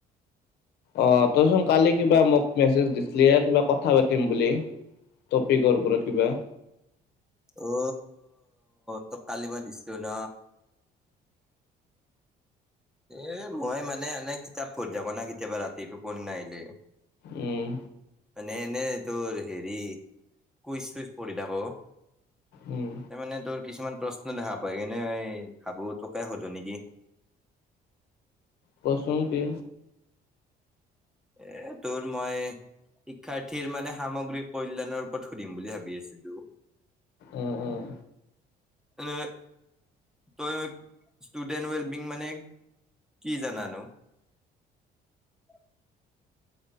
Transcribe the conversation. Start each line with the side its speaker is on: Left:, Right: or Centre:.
Left: অ তইচোন কালি কিবা মোক মেছেজ দিছিলি কিবা কথা পাতিম বুলি। টপিকৰ পৰা কিবা।
Centre: অ ত কালি মই দিছটো ন। এ মই মানে এনে কিতাপ পঢ়ি থাক ন কেতিয়াবা ৰাতিটো পঢ়ি নাহিলে।
Left: উম।
Centre: নে নে তোৰ হেৰি কুইচ চুইচ পঢ়ি থাকৌ।
Left: উম।
Centre: মানে তই। কিছুমান প্ৰশ্ন দেখা পাই কিনে ভাবো তোকে সুধো নেকি।
Left: পচংতে।
Centre: এ তোৰ মই শিক্ষাৰ্থীৰ মানে সামগ্ৰী কল্যাণৰ ওপৰত সুধিম বুলি ভাবি আছিলো।
Left: উম উম।
Centre: এ তই ষ্টুডেণ্ট ৱেলবিং মানে কি জানানো? <unintelligible>